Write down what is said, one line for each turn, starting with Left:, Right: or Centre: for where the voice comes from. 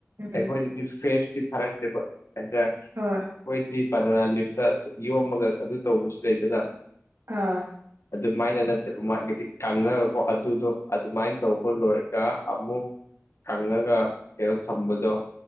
Right: ꯎꯝ
Left: ꯃꯣꯏꯗꯗꯤ ꯐ꯭ꯔꯦꯁꯇꯤ ꯊꯥꯔꯛꯇꯦꯕ ꯍꯥꯏꯗ ꯍꯈꯣꯏꯗꯤ
Right: ꯍꯣꯏ
Left: ꯄꯅ ꯌꯣꯝꯃꯒ ꯑꯗꯨ ꯇꯧꯕꯁꯨ ꯂꯩꯗꯅ
Right: ꯑꯥ
Left: ꯑꯗꯨꯃꯥꯏꯅ ꯅꯠꯇꯕ ꯃꯥꯒꯤꯗꯤ ꯀꯥꯡꯉꯒꯀꯣ ꯑꯗꯨꯗꯣ ꯑꯗꯨꯃꯥꯏꯅ ꯇꯧꯕ ꯂꯣꯏꯔꯒ ꯑꯃꯨꯛ ꯀꯪꯉꯒ ꯀꯩꯅꯣ ꯊꯝꯕꯗꯣ